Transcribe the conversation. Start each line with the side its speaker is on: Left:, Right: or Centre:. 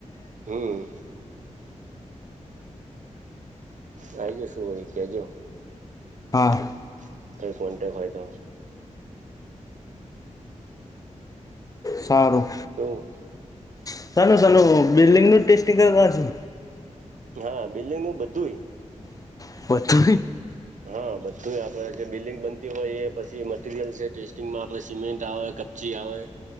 Right: હમ આઈ જઈસુ કેજો
Left: હા
Right: <inaudible> કઈ કોન્ટેક્ટ હોય તો?
Left: સારું
Right: તો
Left: <unintelligible> બિલ્ડિંગનું ટેસ્ટિંગ કરતાશે
Right: હા બિલ્ડિંગ નું બધુંય
Left: <unintelligible>
Right: હા બધું આપડે જે બિલ્ડિંગ બનતી હોય એ પછી મટીરિયલ છે ટેસ્ટિંગમાં આપડે સીમેન્ટ આવે જી આવે